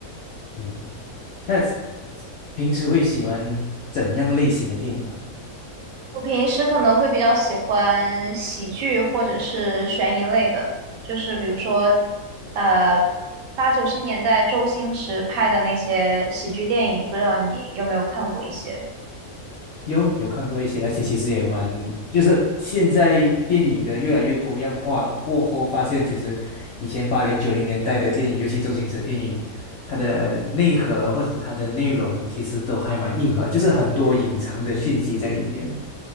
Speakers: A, on the left; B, on the right.
A: 明白。那平时会喜欢怎样类型的电影呢？
B: 我平时可能会比较喜欢喜剧或者是悬疑类的，就是比如说，呃，八九十年代周星驰拍的那些喜剧电影，不知道你有没有看过一些？
A: 有有看过一些，而且其实也蛮，就是现在电影的越来越多样化过后，发现其实以前八零九零年代的电影，尤其周星驰的电影，它的内核或者是它的内容，其实都还蛮硬核，就是很多隐藏的讯息在里面。